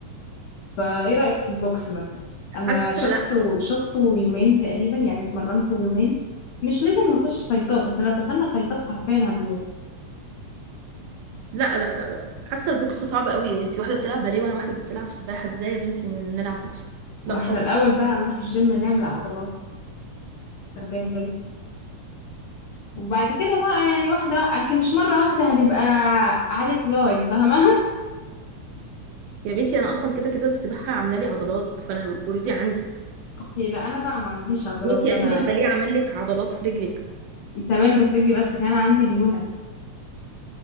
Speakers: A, on the left; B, on the right.
A: فايه رأيك في البوكس مثلا انا
B: حاسة
A: شفته
B: لا
A: شفته يومين تقريبا يعني اتمرنته يومين مش لازم نخش فايتات احنا لو دخلنا فايتات حرفيا هنموت
B: لا لا لا لا حاسة البوكس صعب قوي وانت واحدة بتلعب باليه وانا واحدة بتلعب سباحة ازاي يا بنتي نلعب بوكس لا
A: ما احنا
B: طبعا
A: الاول بقى نروح الجيم نعمل عضلات واخدالي بالك وبعد كده بقى يعني واحدة اصل مش مرة واحدة هنبقى عليك لاي فاهمة <laughs>
B: يا بنتي انا اصلا كده كده السباحه عامله لي عضلات فانا اوريدي عندي
A: اوكي لا انا بقى ما عنديش عضلات
B: وانتي
A: انا
B: اكيد الباليه عامل لك عضلات في رجلك
A: تمام ده في رجلي بس كان عندي ليونة